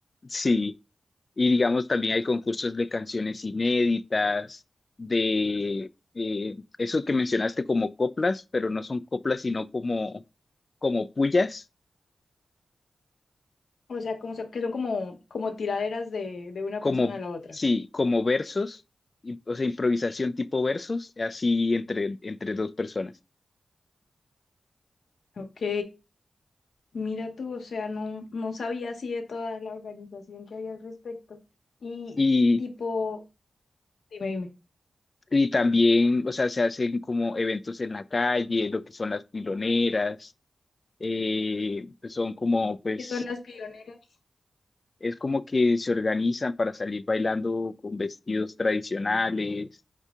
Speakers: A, on the left; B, on the left.
A: Sí, y digamos también hay concursos de canciones inéditas, de eh, eso que mencionaste como coplas, pero no son coplas, sino como, como pullas,
B: O sea, como se- que son como, como tiraderas de, de una
A: como,
B: persona a la otra.
A: sí, como versos, y- o sea, improvisación tipo versos, así entre, entre dos personas.
B: Ok, mira tú, o sea, no, no sabía así de toda la organización que hay al respecto. Y
A: Y,
B: tipo, dime, dime,
A: y también, o sea, se hacen como eventos en la calle, lo que son las piloneras, eh, pues son como, pues,
B: ¿qué son las pioneras?
A: es como que se organizan para salir bailando con vestidos tradicionales,